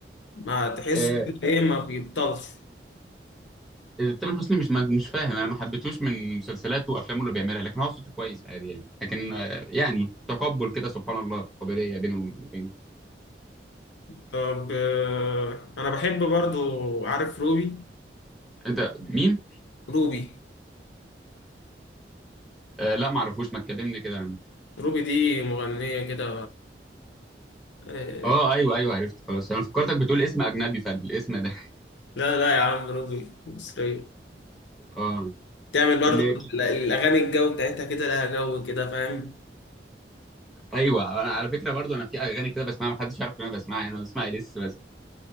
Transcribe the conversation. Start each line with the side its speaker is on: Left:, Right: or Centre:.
Left: ما تحسه
Centre: آه،
Left: كده ايه ما بيبطلش
Centre: تامر حسني مش مش فاهم انا ما حبيتهوش من مسلسلاته وافلامه اللي بيعملها لكن هو صوته كويس عادي يعني لكن آه، يعني تقبل كده سبحان الله قابليه بينه وبين
Left: طب آه، انا بحب برضو عارف روبي
Centre: انت مين
Left: روبي
Centre: آه لا ما اعرفوش ما تكلمني كده عنه
Left: روبي دي مغنية كده آه،
Centre: اه ايوه ايوه عرفت خلاص انا فكرتك بتقول اسم اجنبي فالاسم ده
Left: لا لا يا عم روبي مصرية
Centre: اه
Left: تعمل برضو
Centre: اللي
Left: ال- الاغاني الجو بتاعتها كده لها جو كده فاهم
Centre: ايوه انا على فكره برضو انا في اغاني كده بسمعها ما حدش يعرف ان انا بسمعها يعني انا بسمع اليس بس